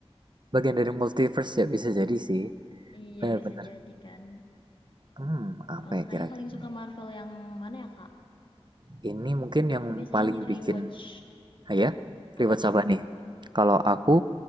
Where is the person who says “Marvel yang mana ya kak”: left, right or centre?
Left